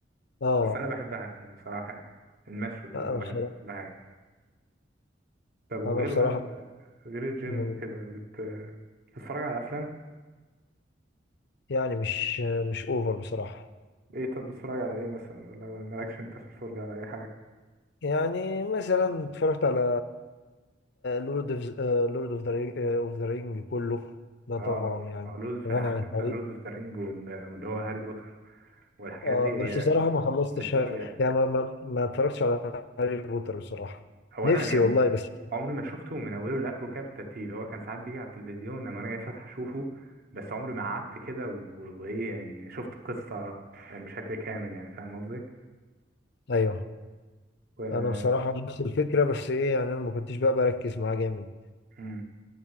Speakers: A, on the left; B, on the right.
A: اه
B: بس انا بحبها يعني بصراحه يعني. المشوي برضه
A: أنا
B: بحب
A: بصراحة
B: كل حاجه طب وغير
A: أنا بصراحة
B: بقى غير الجيم
A: من-
B: وكده بت... بتتفرج على افلام
A: يعني مش مش أوفر بصراحة
B: ايه طب بتتفرج على ايه مثلا ولا مالكش انت في الفرجة على اي حاجة
A: يعني مثلا اتفرجت على لورد اوف لورد اوف ذا رينج كله ده
B: اه
A: طبعا يعني
B: أو لود في
A: غني
B: عارف
A: عن التعريف
B: انت لود اوف ذا رينج وال... واللي هو هاري بوتر والحاجات
A: اه
B: دي هي
A: بس بصراحة ما خلصتش
B: كلاسيكيات
A: يعني ما ما, ما اتفرجتش على هاري بوتر بصراحة
B: هو
A: نفسي
B: انا يعني
A: والله بس
B: عمري ما شفته من اوله لاخره كده بالترتيب هو كان ساعات بيجي على التلفزيون لما انا جاي فاتح اشوفه بس عمري ما قعدت كده و... وايه يعني شفت القصة يعني بشكل كامل يعني فاهم قصدي
A: ايوه
B: و...
A: انا بصراحة نفس الفكرة بس ايه يعني انا ما كنتش بقى بركز معاه جامد
B: مم.